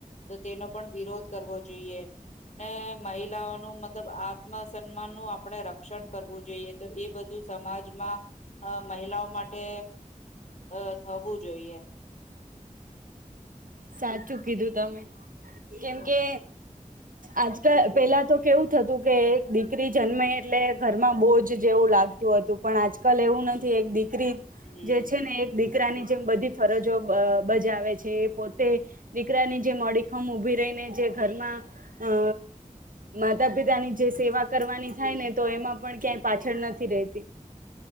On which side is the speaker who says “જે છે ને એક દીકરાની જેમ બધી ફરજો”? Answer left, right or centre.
Right